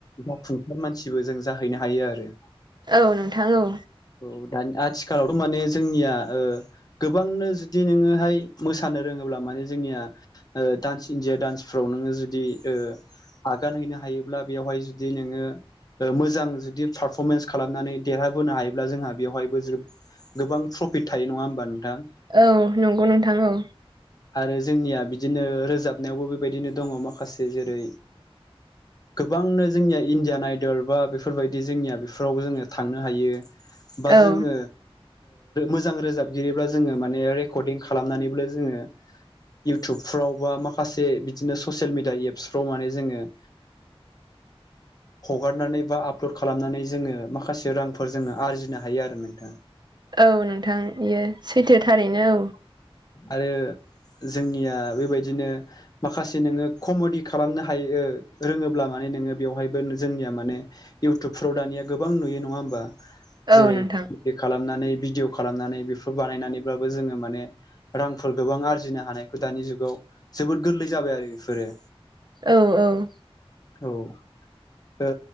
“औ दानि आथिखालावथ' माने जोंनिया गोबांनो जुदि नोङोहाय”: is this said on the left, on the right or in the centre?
Left